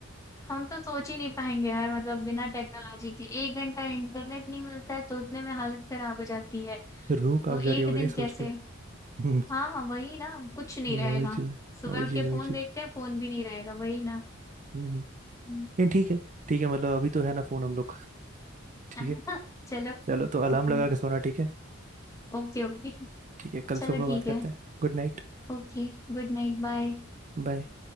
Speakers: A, on the left; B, on the right.
A: हम तो सोच ही नहीं पाएंगे यार मतलब बिना टेक्नोलॉजी के एक घंटा इंटरनेट नहीं मिलता है तो उतने में हालत खराब हो जाती है
B: रूह कांप
A: तो
B: जा रही
A: एक
B: होगी
A: दिन
B: नहीं सोच
A: कैसे
B: के <laughs> हम्म,
A: हाँ हाँ वही ना कुछ नहीं
B: वही
A: रहेगा
B: चीज़ है
A: सुबह
B: वही
A: उठ
B: चीज़
A: के
B: है, वही
A: फोन
B: चीज़
A: देखते हैं फोन भी नहीं रहेगा वही ना
B: हम्म हम्म।
A: <laughs> हम्म,
B: नहीं ठीक है ठीक है मतलब अभी तो है ना फोन हम लोग का ठीक
A: हाँ,
B: है
A: चलो
B: चलो तो अलार्म
A: हाँ
B: लगा के सोना ठीक है
A: Okay okay
B: ठीक है कल
A: चलो
B: सुबह बात
A: ठीक
B: करते
A: है
B: हैं Good night
A: ओके Good night bye
B: बाय